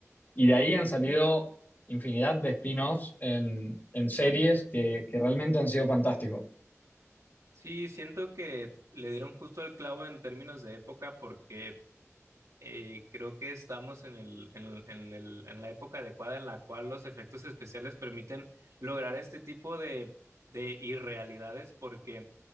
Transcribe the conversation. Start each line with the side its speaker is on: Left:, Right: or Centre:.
Left: y de ahí han salido infinidad de spin-offs en, en series que, que realmente han sido fantásticos.
Right: Sí, siento que le dieron justo el clavo en términos de época porque eh, creo que estamos en el, en, en el- en la época adecuada en la cual los efectos especiales permiten lograr este tipo de, de irrealidades porque